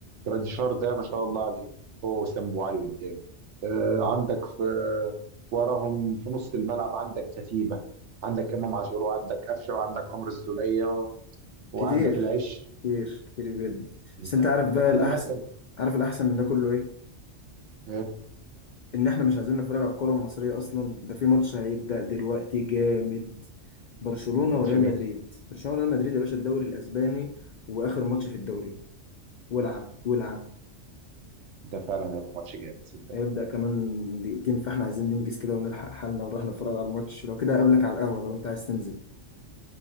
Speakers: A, on the right; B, on the left.
A: جراديشار ده ما شاء الله عليه هو وسام ابو علي قدام آه، عندك في وراهم في نص الملعب عندك كتيبه عندك امام عاشور وعندك قفشه وعندك عمرو السوليه و- وعندك
B: كتير
A: العش
B: كتير كتير بجد
A: انت
B: بس انت
A: انت
B: عارف بقى
A: كل
B: الاحسن
A: مركز
B: عارف الاحسن من ده كله ايه
A: ايه
B: ان احنا مش عايزين نتفرج على الكره المصريه اصلا ده في ماتش هيبدا دلوقتي جامد برشلونه
A: ماتش
B: وريال
A: مين
B: مدريد برشلونه وريال مدريد يا باشا الدوري الاسباني واخر ماتش في الدوري ولعه ولعه
A: ده فعلا هيبقى ماتش جامد صدق
B: هيبدأ كمان دقيقتين فاحنا عايزين ننجز كده ونلحق حالنا ونروح نتفرج على الماتش لو كده اقابلك على القهوة لو انت عايز تنزل